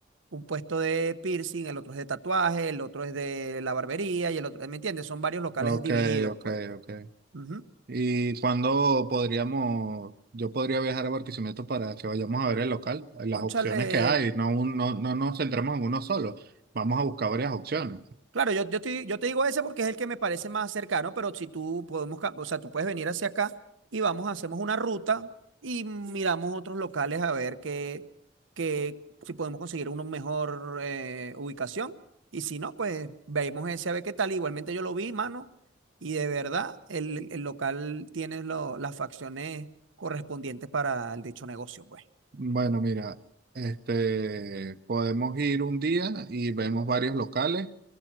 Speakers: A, on the right; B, on the right.
A: un puesto de piercing, el otro es de tatuaje, el otro es de la barbería y el otro, ¿me entiendes? Son varios locales
B: ok,
A: divididos,
B: ok,
A: pues.
B: ok.
A: Ujú.
B: ¿Y cuándo podríamos, yo podría viajar a Barquisimeto para que vayamos a ver el local, las
A: Cónchale,
B: opciones que hay, no, un- no, no nos centramos en uno solo. Vamos a buscar varias opciones.
A: Claro, yo, yo te, yo te digo ese porque es el que me parece más cercano, pero si tú podemos, ca- o sea, tú puedes venir hacia acá y vamos, hacemos una ruta y miramos otros locales a ver qué, qué, si podemos conseguir una mejor eh, ubicación. Y si no, pues veamos ese a ver qué tal. Igualmente yo lo vi, mano, y de verdad el, el local tiene lo- las facciones correspondientes para el dicho negocio, pues.
B: Bueno, mira, este, podemos ir un día y vemos varios locales,